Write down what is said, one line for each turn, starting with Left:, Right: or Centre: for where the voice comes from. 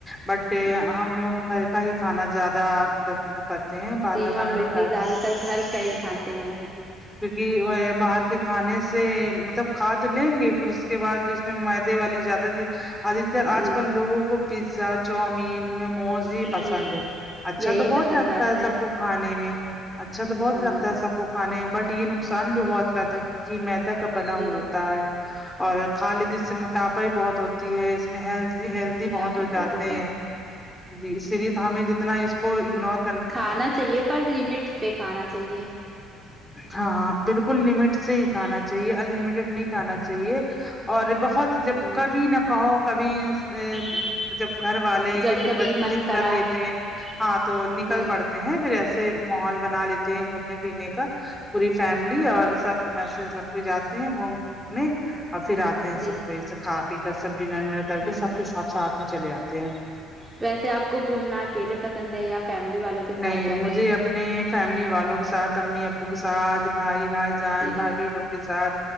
Centre: بٹ ٹ
Right: جی
Centre: ہم لوگوں گھر کا ہی کھانا زیادہ مطلب کرتےہیں باہر
Right: جی
Centre: کا کانا
Right: ہم لوگ
Centre: نہیں کھاتے
Right: بھی زیادہ گھر کا ہی
Centre: جی
Right: کھاتے
Centre: جی
Right: ہیں
Centre: جی جی کیونکہ وہ یہ باہر کے کھانے سے مطلب کھا تو لیں گے پھر اس کے بعد جو میں میدہ والی زیادہ تھی آدتیہ
Right: جی
Centre: آج کل لوگوں کو پیزا چاؤمین موموز ہی
Right: جی
Centre: پسند ہے اچھا
Right: یہی
Centre: تو بہت
Right: پسند
Centre: لگتا
Right: آتا
Centre: ہے سب کو کھانے میں اچھا تو بہت
Right: ہاں
Centre: لگتا ہے سب کو کھانے میں بٹ یہ نقصان بھی بہت کرتا ہے کیونکہ میدہ کا بنا
Right: جی
Centre: ہوتا ہے اور کھالیتے اس سے موٹاپا ہی بہت ہوتی ہے اس میں ہیلتھ ہیلتھی
Right: جی
Centre: بہت
Right: آپ
Centre: ہو
Right: نے
Centre: جاتے
Right: صحیح بولا
Centre: ہیں جی اسی لیے ہمیں جتنا اس کو اگنور
Right: کھانا چاہیے پر لمٹ پہ کھانا چاہیے
Centre: ہاں ہاں بالکل لمٹ سے ہی کھانا چاہیے ان لمیٹیڈ نہیں کھانا چاہیے اور بت ہاؤ تو جب
Right: جی
Centre: کبھی نہ کہو کبھی سہ جب گھر والے یا
Right: جب
Centre: پھر
Right: کبھی
Centre: بچے
Right: من
Centre: ضد
Right: کرا
Centre: کر لیتے ہیں ہاں تو نکل
Right: جی
Centre: پڑتے ہیں پھر ایسے ماحول بنا لیتے ہیں گھومنے پھرنے کا پوری فیملی اور
Right: جی
Centre: سب میںسج سب کو جاتے ہیں گھومنے اور پھر آتے ہیں
Right: جی
Centre: سب کوئی سے کھا پی کر سب ڈنر ونر کر
Right: ہوں
Centre: کے سب کے ساتھ ساتھ میں چلے آتے ہیں
Right: ویسے آپ کو گھومنا اکیلے پسند ہے یا فیملی والوں کے ساتھ
Centre: نہیں
Right: جا
Centre: مجھے
Right: کر
Centre: اپنے فیملی والوں کے ساتھ امی ابو کے ساتھ بھائی بھائی جان
Right: جی
Centre: بھابھیوں کے ساتھ